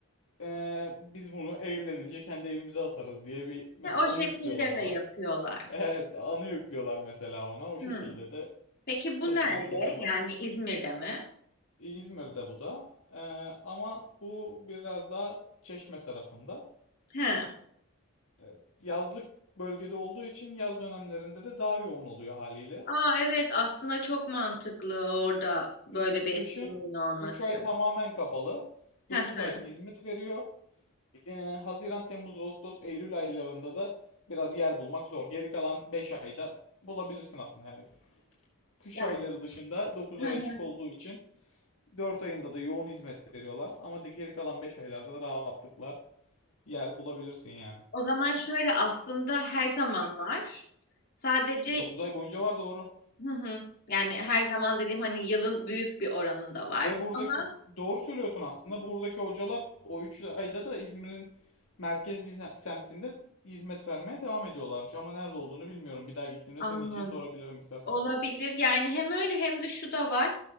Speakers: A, on the left; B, on the left.
A: Ee, biz bunu evlenince kendi evimize asarız diye bir mesela
B: he, o
A: anı
B: şekilde
A: yüklüyorlar ona.
B: de yapıyorlar.
A: Evet, anı yüklüyorlar mesela ona. O
B: Hmm.
A: şekilde de
B: Peki bu
A: taşıyan
B: nerede?
A: insanlar
B: Yani
A: var.
B: İzmir'de mi?
A: İzmir'de bu da. Ee, ama bu biraz daha Çeşme tarafında.
B: He.
A: Ee, yazlık bölgede olduğu için yaz dönemlerinde de daha yoğun oluyor haliyle.
B: Aa evet aslında çok mantıklı orada böyle
A: Kı-
B: bir
A: Kışın
B: etkinliğin olması.
A: 3 ay tamamen kapalı.
B: Hı
A: dokuz
B: hı.
A: ay hizmet veriyor. Ee, Haziran, Temmuz, Ağustos, Eylül aylarında da biraz yer bulmak zor. Geri kalan 5 ayda bulabilirsin aslında yani. Kış
B: Yani
A: ayları dışında dokuz
B: hı
A: ay
B: hı.
A: açık olduğu için Dört ayında da yoğun hizmet veriyorlar ama geri kalan 5 aylarda da rahatlıkla yer bulabilirsin yani.
B: o zaman şöyle aslında her zaman var. Sadece
A: 9 ay boyunca var doğru.
B: hı hı. Yani her zaman dediğim hani yılın büyük bir oranında var
A: Ve buradaki
B: ama
A: doğru söylüyorsun aslında. Buradaki hocalar o 3 ayda da İzmir'in merkez bir semtinde hizmet vermeye devam ediyorlarmış. Ama nerede olduğunu bilmiyorum. Bir daha gittiğimde
B: Anladım.
A: senin için sorabilirim istersen.
B: Olabilir. Yani hem öyle hem de şu da var.